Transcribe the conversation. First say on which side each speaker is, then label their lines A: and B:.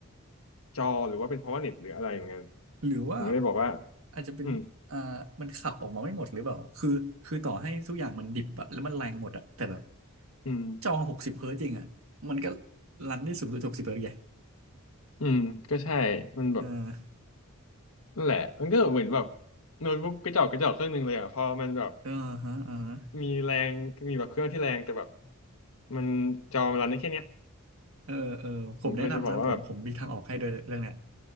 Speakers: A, on the left; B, on the right.
A: จอหรือว่าเป็นเพราะว่าเน็ตหรืออะไรเหมือนกัน
B: หรือว่า
A: ผมก็เลยบอกว่า
B: อาจจะเป็นอ่ามันขับออกมาไม่หมดหรือเปล่าคือคือต่อให้ทุกอย่างมันดิบอะแล้วมันแรงหมดอะแต่แบบ
A: อืมอืม
B: จอหกสิบเฮิร์ตจริงอะมันก็รันได้สูงสุดหกสิบเฮิร์ตไง
A: อืมก็ใช่มันแบบ
B: เออ
A: นั่นแหละมันก็เหมือนแบบโน้ตบุ๊กกระจอกกระจอกเครื่องหนึ่งเลยอ่ะพอมันแบบ
B: เออฮะเออฮะ
A: มีแรงมีแบบเครื่องที่แรงแต่แบบมันจอมันรันได้แค่เนี้ย
B: เออเออผมแนะนำนะผมผมมีทางออกให้ด้วยเรื่องเนี้ย
A: ผมก็เลยจะบอกว่าแบบ